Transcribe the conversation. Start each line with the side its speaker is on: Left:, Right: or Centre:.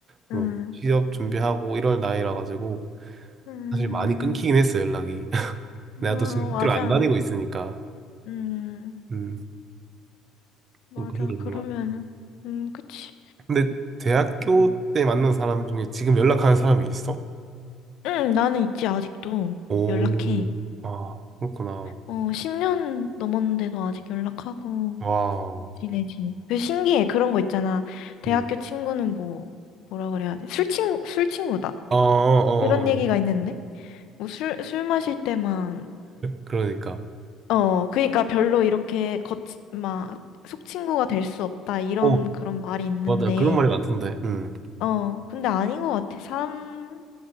Right: 뭐
Left: 응.
Right: 취업 준비하고 이럴 나이라 가지고
Left: 음.
Right: 사실 많이 끊기긴 했어 연락이 <laughs> 내가
Left: 아,
Right: 또 지금
Left: 맞아.
Right: 학교를 안 다니고 있으니까
Left: 음,
Right: 음
Left: 맞아.
Right: 좀 그런 게 있는
Left: 그러면은,
Right: 것 같아
Left: 음, 그치.
Right: 근데 대학교
Left: 음,
Right: 때 만난 사람 중에 지금 연락하는 사람이 있어?
Left: 응, 나는 있지, 아직도.
Right: 오,
Left: 연락해.
Right: 아, 그렇구나.
Left: 어, 10년 넘었는데도 아직 연락하고
Right: 와,
Left: 지내지. 그 신기해. 그런 거 있잖아. 대학교
Right: 음.
Left: 친구는 뭐, 뭐라 그래야 돼? 술 친구, 술 친구다.
Right: 어, 어, 어,
Left: 그런 얘기가
Right: 어.
Left: 있는데? 뭐 술, 술 마실 때만,
Right: 그러니까.
Left: 어, 그니까 별로 이렇게 겉, 막, 속 친구가 될 수 없다. 이런
Right: 어,
Left: 그런 말이 있는데,
Right: 맞아. 그런 말이 많던데. 음.
Left: 어, 근데 아닌 것 같아. 사람,